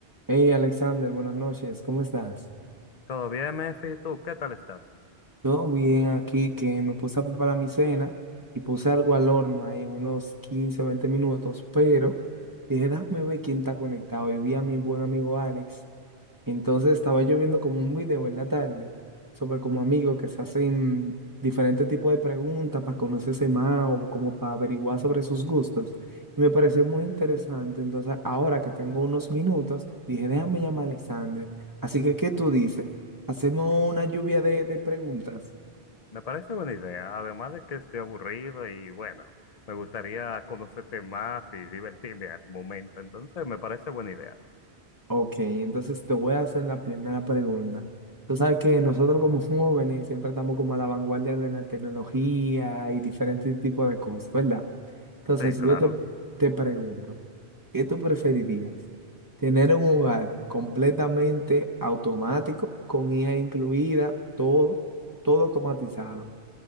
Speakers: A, on the right; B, on the left.
A: Hey Alexander, buenas noches, ¿cómo estás?
B: Todo bien, Mefi, ¿tú qué tal estás?
A: Todo bien aquí, que me puse a preparar mi cena y puse algo al horno ahí en unos 15, 20 minutos, pero dije, déjame ver quién está conectado y vi a mi buen amigo Alex Entonces estaba yo viendo como un video en la tarde sobre como amigos que se hacen diferentes tipos de preguntas para conocerse más o como para averiguar sobre sus gustos. Y me pareció muy interesante. Entonces ahora que tengo unos minutos, dije, déjame llamar a Alexander. Así que, ¿qué tú dices? ¿Hacemos una lluvia de, de preguntas?
B: Me parece buena idea, además de que estoy aburrido y bueno, me gustaría conocerte más y divertirme al momento, entonces me parece buena idea.
A: Ok, entonces te voy a hacer la primera pregunta. Tú sabes que nosotros como jóvenes siempre estamos como a la vanguardia de la tecnología y diferentes tipos de cosas, ¿verdad? Entonces,
B: Sí,
A: si
B: claro,
A: yo te, te pregunto, ¿qué tú preferirías? ¿Tener un hogar completamente automático, con IA incluida, todo, todo automatizado?